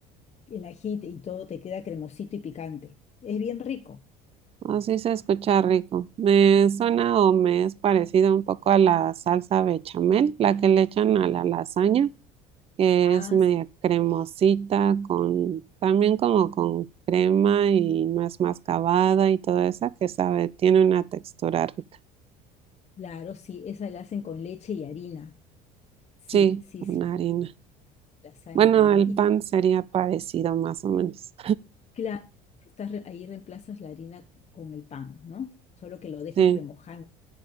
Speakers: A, on the left; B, on the right.
A: el ají y todo te queda cremosito y picante. Es bien rico.
B: oh, sí se escucha rico. Me suena o me es parecido un poco a la salsa bechamel, la que le echan a la lasaña. que
A: Ah,
B: es media cremosita, con también como con crema y más mascabada y toda esa que sabe, tiene una textura rica.
A: Claro, sí, esa la hacen con leche y harina. Sí,
B: Sí,
A: sí,
B: con
A: sí,
B: harina.
A: lasaña
B: Bueno,
A: también.
B: el
A: Y
B: pan sería parecido más o menos.
A: claro, estás re- ahí reemplazas la harina con el pan, ¿no? Solo que lo dejas
B: Sí,
A: remojando